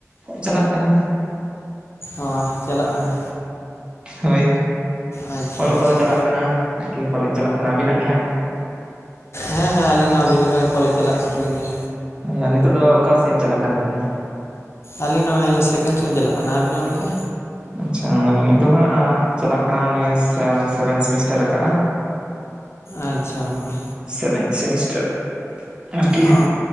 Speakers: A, on the right; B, on the left.
A: <inaudible> ᱪᱟᱞᱟᱜ ᱠᱟᱱᱟ᱾
B: ᱚ ᱪᱟᱞᱟᱜ ᱠᱟᱱᱟ?
A: ᱦᱳᱭ,
B: ᱟᱪᱪᱷᱟ
A: ᱚᱞᱚᱜ
B: ᱟᱪᱪᱷᱟ
A: ᱠᱚᱫᱚ ᱪᱟᱞᱟᱜ ᱠᱟᱱᱟ, ᱟᱨᱠᱤ ᱠᱚᱞᱮᱡᱽ ᱪᱟᱞᱟᱜ ᱠᱟᱱᱟ᱾ ᱟᱵᱤᱱᱟᱜ ᱜᱮ ᱦᱟᱸᱜ?
B: ᱦᱮᱸ ᱦᱮᱸ ᱟᱹᱞᱤᱧ ᱦᱚᱸ ᱟᱵᱤᱱ ᱞᱮᱠᱟ ᱜᱮ ᱠᱚᱞᱮᱡᱽ ᱪᱟᱞᱟᱜ ᱠᱟᱱ ᱛᱟᱞᱤᱧᱟ᱾
A: <unintelligible> ᱱᱤᱛᱚᱜ ᱫᱚ ᱚᱠᱟ ᱥᱮᱢ ᱪᱟᱞᱟᱜ ᱠᱟᱱ ᱛᱟᱵᱮᱱᱟ?
B: ᱟᱞᱤᱧ ᱱᱚᱜᱼᱚᱭ ᱥᱮᱠᱮᱱᱰ ᱥᱮᱢ ᱪᱟᱞᱟᱜ ᱠᱟᱱᱟ, ᱟᱵᱤᱱᱟᱜ ᱜᱚᱝᱠᱮ?
A: ᱟᱪᱪᱷᱟ, ᱟᱞᱤᱧᱟᱜ ᱫᱚ ᱦᱟᱸᱜ ᱪᱟᱞᱟᱜ ᱠᱟᱱᱟ ᱱᱤᱭᱟᱹ ᱥᱮᱵᱷᱮᱱ ᱥᱮᱢᱤᱥᱴᱟᱨ ᱨᱟᱠᱟᱜᱼᱟ᱾
B: ᱟᱪᱪᱷᱟ ᱜᱚᱝᱠᱮ᱾
A: ᱥᱮᱵᱷᱮᱱ ᱥᱮᱢᱤᱥᱴᱟᱨ, ᱟᱨᱠᱤ ᱦᱟᱸᱜ
B: ᱚ